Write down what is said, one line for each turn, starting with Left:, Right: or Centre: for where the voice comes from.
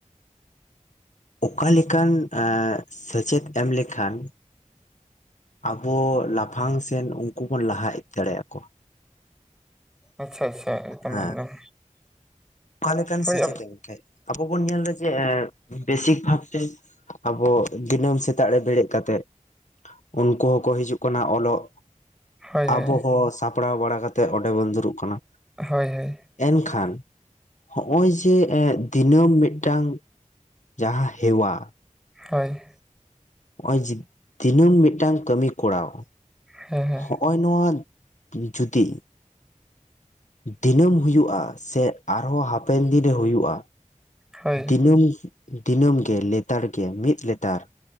Left: ᱚᱠᱟ ᱞᱮᱠᱟᱱ ᱥᱮᱪᱮᱫ ᱮᱢ ᱞᱮᱠᱷᱟᱱ ᱟᱵᱚ ᱞᱟᱯᱷᱟᱝ ᱥᱮᱱ ᱩᱱᱠᱩ ᱵᱩᱱ ᱞᱟᱦᱟ ᱤᱫᱤ ᱫᱟᱲᱮᱭᱟ ᱠᱚᱣᱟ
Centre: ᱟᱪᱪᱷᱟ ᱟᱪᱪᱷᱟ ᱮᱠᱫᱚᱢ
Left: ᱦᱮᱸ
Centre: ᱮᱠᱫᱚᱢ
Left: ᱚᱠᱟ ᱞᱮᱠᱟᱱ
Centre: ᱦᱳᱭ
Left: ᱥᱮᱪᱮᱫ
Centre: ᱟᱯ
Left: ᱮᱱ ᱠᱷᱟᱱ ᱟᱵᱚ ᱵᱚᱱ ᱧᱮᱞ ᱮᱫᱟ ᱡᱮ ᱵᱮᱥᱤᱠ ᱵᱷᱟᱵᱛᱮ ᱟᱵᱚ ᱫᱤᱱᱟᱹᱢ ᱥᱮᱛᱟᱜ ᱨᱮ ᱵᱮᱨᱮᱫ ᱠᱟᱛᱮᱫ ᱩᱱᱠᱩ ᱦᱚᱸᱠᱚ ᱦᱤᱡᱩᱜ ᱠᱟᱱᱟ ᱚᱞᱚᱜ
Centre: ᱦᱳᱭ ᱦᱳᱭ
Left: ᱟᱵᱚ ᱦᱚᱸ ᱥᱟᱯᱲᱟᱣ ᱵᱟᱲᱟ ᱠᱟᱛᱮᱫ ᱚᱸᱰᱮ ᱵᱚᱱ ᱫᱩᱲᱩᱵ ᱠᱟᱱᱟ
Centre: ᱦᱳᱭ ᱦᱳᱭ
Left: ᱮᱱᱠᱷᱟᱱ ᱦᱚᱜᱼᱚᱭ ᱡᱮ ᱫᱤᱱᱟᱹᱢ ᱢᱤᱫᱴᱟᱝ ᱡᱟᱦᱟᱸ ᱦᱮᱣᱟ
Centre: ᱦᱳᱭ
Left: ᱱᱚᱜᱼᱚᱭ ᱡᱮ ᱫᱤᱱᱟᱹᱢ ᱢᱤᱫ ᱴᱟᱝ ᱠᱟᱹᱢᱤ ᱠᱚᱨᱟᱣ
Centre: ᱦᱮᱸ ᱦᱮᱸ
Left: ᱦᱚᱸᱜᱼᱚᱭ ᱱᱚᱣᱟ ᱡᱩᱫᱤ ᱫᱤᱱᱟᱹᱢ ᱦᱩᱭᱩᱜᱼᱟ ᱥᱮ ᱟᱨᱦᱚᱸ ᱦᱟᱯᱮᱱ ᱫᱤᱱ ᱨᱮ ᱦᱩᱭᱩᱜᱼᱟ
Centre: ᱦᱳᱭ
Left: ᱫᱤᱱᱟᱹᱢ ᱫᱤᱱᱟᱹᱢ ᱜᱮ ᱞᱮᱛᱟᱲ ᱜᱮ ᱢᱤᱫ ᱞᱮᱛᱟᱲ